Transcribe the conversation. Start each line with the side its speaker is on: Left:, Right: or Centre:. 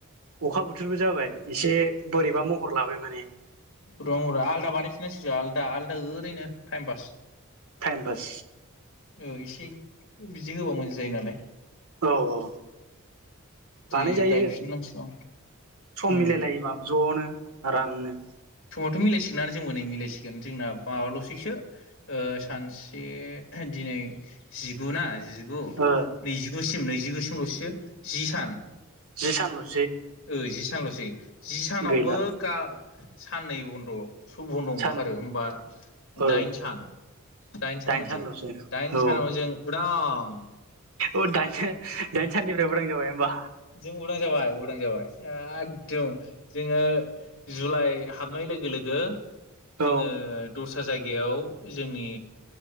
Right: अखा बोथोरबो जाबाय एसे बोरैबा महर लाबाय माने
Left: रंरा आलदा बानायफिननांसिगोन आलदा आलदा ओरैनो टाइम पास।
Right: टाइम पास
Left: औ एसे बिदि होबा मोजां‌ जायो नालाय।
Right: औ औ।
Left: बिदि
Right: बानायजायो
Left: गायफिननांसिगौ
Right: सम
Left: उम
Right: मिलायलायोबा ज'नो। आरामनो
Left: थ' मिलायसिगोना जोंबो नै मिलायसि गोन जोंना माबाल'सैसो ओ सानसे दिनै जिगु ना जिगु
Right: ओ
Left: नैजिगुसिम नैजिगुसिमल'सैसो जि सान।
Right: जि सानल'
Left: ओ जि सानल'सै जि सानावबो
Right: गैला
Left: गा साननै बन्द'। सुब'न ओंखारो
Right: सान
Left: होमबा
Right: ओ
Left: दाइन सान। दाइन सान मोनसै
Right: सानल'सै
Left: दाइन
Right: औ
Left: सानाव जों उदां।
Right: ओ दाइन सान दाइन साननिफ्राय उदां जाबाय होमबा।
Left: जों उदां जाबाय उदां जाबाय एकदम जोङो जुलाइ हाबनाय लोगो लोगो
Right: औ
Left: जोङो दसा जायगायाव जोंनि